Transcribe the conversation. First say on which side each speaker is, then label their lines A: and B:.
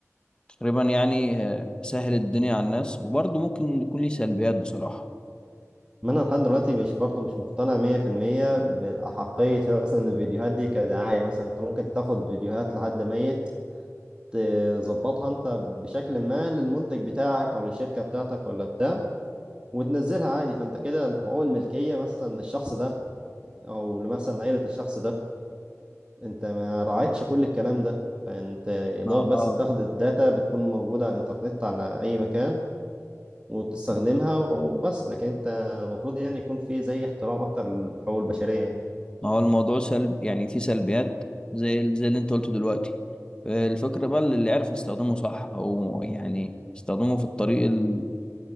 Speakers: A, on the left; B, on the right.
A: تقريبا يعني آه، سهل الدنيا على الناس وبرضه ممكن يكون ليه سلبيات بصراحة
B: ما انا لحد دلوقتي مش برضه مش مقتنع 100% باحقيه مثلا الفيديوهات دي كدعايه مثلا انت ممكن تاخد فيديوهات لحد ميت تظبطها انت بشكل ما للمنتج بتاعك او للشركه بتاعتك ولا بتاع وتنزلها عادي فانت كده حقوق الملكيه مثلا للشخص ده او مثلا عيلة الشخص ده انت ما راعيتش كل الكلام ده فانت يا
A: ما
B: دوبك بس
A: آه.
B: بتاخد الداتا بتكون موجودة على الانترنت على اي مكان وبتستخدمها وبس لكن انت المفروض يعني يكون في زي احترام اكتر للحقوق البشرية يعني
A: ما هو الموضوع سلب يعني في سلبيات زي زي اللي انت قلته دلوقتي آه، الفكرة بقى اللي يعرف يستخدمه صح او يعني يستخدمه في الطريق ال-